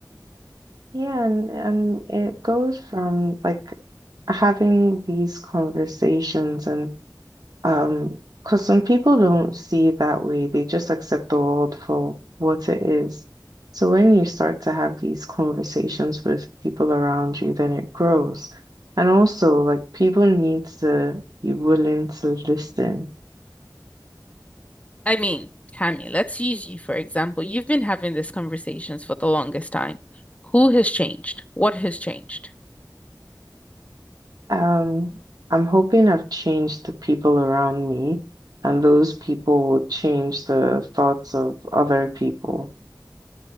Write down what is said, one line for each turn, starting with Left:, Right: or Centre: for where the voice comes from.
Right: Yeah, and and it goes from like having these conversations and um, because some people don't see it that way, they just accept the world for what it is. So when you start to have these conversations with people around you, then it grows. And also, like people need to be willing to listen
Left: I mean, Tammy, let's use you for example. You've been having these conversations for the longest time. Who has changed? What has changed?
Right: Um, I'm hoping I've changed the people around me, and those people will change the thoughts of other people.